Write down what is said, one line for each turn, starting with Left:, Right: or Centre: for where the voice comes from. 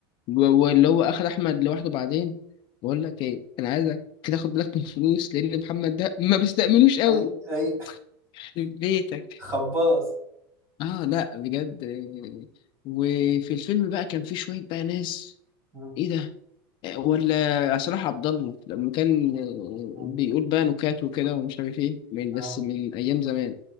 Left: و- واللي هو اخد احمد لوحده بعدين بقول لك ايه انا عايزك تاخد بالك من الفلوس لان محمد ده ما بيستأمنوش قوي
Right: اي اي
Left: يخرب بيتك
Right: <laughs> خباص
Left: اه لا بجد آه، وفي الفيلم بقى كان في شويه بقى ناس
Right: مم.
Left: ايه ده آه، ولا صلاح عبد الله لما كان آه،
Right: مم.
Left: بيقول بقى نكات وكده ومش عارف ايه من
Right: اه
Left: بس من ايام زمان